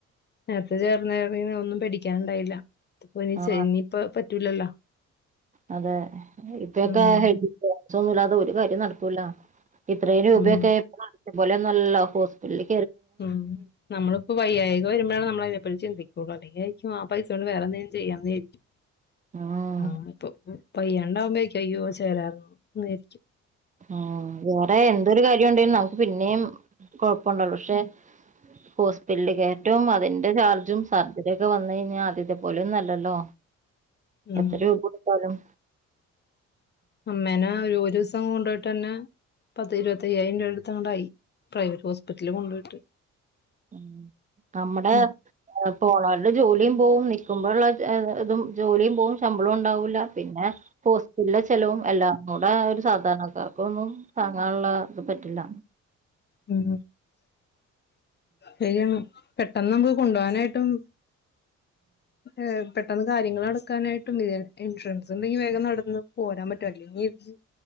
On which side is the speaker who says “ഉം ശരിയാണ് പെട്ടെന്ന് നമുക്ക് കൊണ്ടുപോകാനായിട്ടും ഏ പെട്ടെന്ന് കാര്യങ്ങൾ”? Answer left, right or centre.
Left